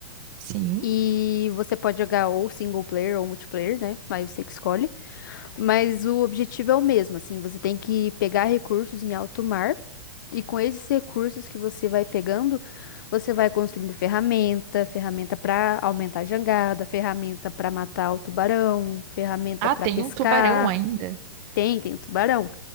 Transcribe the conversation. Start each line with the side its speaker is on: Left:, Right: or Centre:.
Right: sim.
Left: e você pode jogar ou single player ou multiplayer, né? Aí você que escolhe. Mas o objetivo é o mesmo, assim, você tem que pegar recursos em alto mar e com esses recursos que você vai pegando, você vai construindo ferramenta, ferramenta para aumentar a jangada, ferramenta para matar o tubarão, ferramenta
Right: Ah,
Left: para
Right: tem
Left: pescar.
Right: um tubarão ainda.
Left: Tem, tem o tubarão,